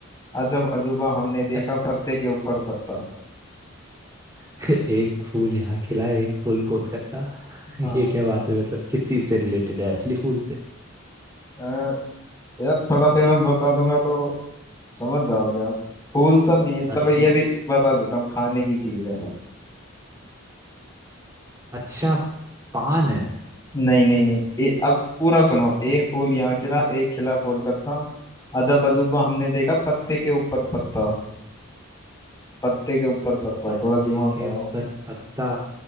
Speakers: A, on the left; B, on the right.
A: अजब अजूबा हमने देखा
B: अब।
A: पत्ते के ऊपर पत्ता
B: <laughs> एक फूल यहाँ खिला एक फूल कोलकाता <laughs>
A: हाँ
B: ये क्या बात हुई मतलब किस चीज से रिलेटेड है असली फूल से
A: अ, यार थोड़ा फिर मैं बता दूंगा तो समझ जाओगे आप फूल तो नहीं है चलो
B: असली
A: ये भी बता देता हूँ खाने की चीज है
B: अच्छा पान है
A: नहीं नहीं नहीं ए, अब पूरा सुनो एक फूल यहाँ खिला एक खिला कोलकाता अजब अजूबा हमने देखा पत्ते के ऊपर पत्ता पत्ते के ऊपर पत्ता
B: पत्ते
A: थोड़ा दिमाग
B: के
A: लगाओ
B: ऊपर पत्ता